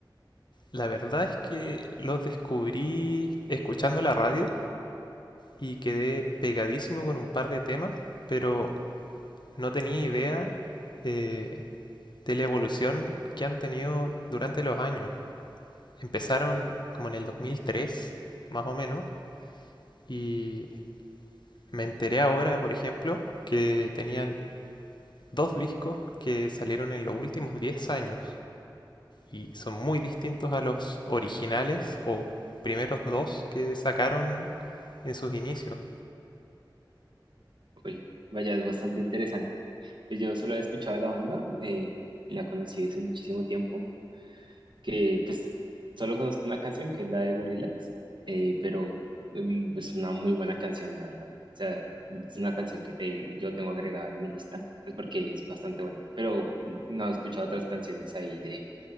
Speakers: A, on the left (about 60°); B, on the right (about 70°).
A: La verdad es que los descubrí escuchando la radio y quedé pegadísimo con un par de temas, pero no tenía idea eh, de la evolución que han tenido durante los años. Empezaron como en el 2003, más o menos, y me enteré ahora, por ejemplo, que tenían dos discos que salieron en los últimos 10 años y son muy distintos a los originales o primeros dos que sacaron en sus inicios.
B: Oye, vaya, es bastante interesante. Pues yo solo he escuchado de la banda, eh, la conocí hace muchísimo tiempo que pues solo conozco una canción que es la de Gorillaz, eh, pero mm, es una muy buena canción, la verdad. O sea, es una canción que te, yo tengo agregada en mi lista, pues porque es bastante buena, pero mm, no he escuchado otras canciones ahí de,